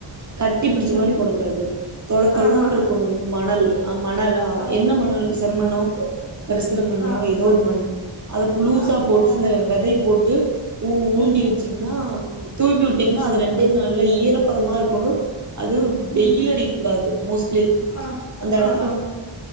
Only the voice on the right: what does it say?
கட்டி பிடிச்ச
மாரி போடக் கூடாது தொள தொளன்னு
இருக்கணு மணல் மணல
என்ன மணல் செம்மண்ணோ கரிசல மண்ணோ
ஏதோ ஒரு மண்ணு அத லூசா
போட்டு அந்த வெதைய போட்டு ஊ ஊண்டி
வெ ச்சிங்கனா தூவி வுட்டீங்ன்னா அது ரெண்டே நாள்ள ஈரப்பதமா இருக்கணு அது வெயில்
அடிக்கக்க கூடாது மோஸ்ட்லி
அந்த எடத்